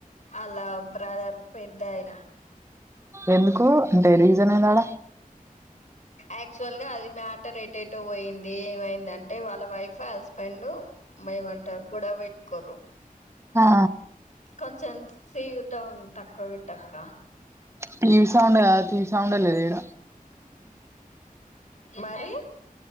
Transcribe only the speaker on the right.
ఎందుకు అంటే రీసన్ ఏది అడా
ఆ
టీవీ సౌండ్ కాద్ టీవీ సౌండే లేద్ ఇడా